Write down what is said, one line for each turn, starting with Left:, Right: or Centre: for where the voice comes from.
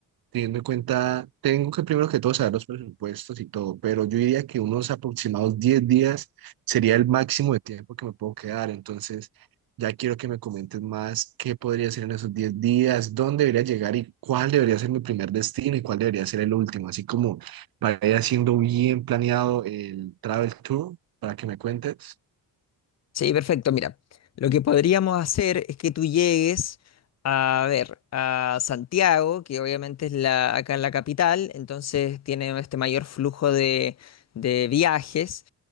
Right: Teniendo en cuenta, tengo que primero que todo saber los presupuestos y todo, pero yo diría que unos aproximados 10 días sería el máximo de tiempo que me puedo quedar. Entonces, ya quiero que me comentes más qué podría hacer en esos 10 días, dónde debería llegar y cuál debería ser mi primer destino y cuál debería ser el último. Así como para ir haciendo bien planeado el travel tour, para que me cuentes.
Left: Sí, perfecto. Mira, lo que podríamos hacer es que tú llegues a ver a Santiago, que obviamente es la, acá en la capital, entonces tiene este mayor flujo de, de viajes.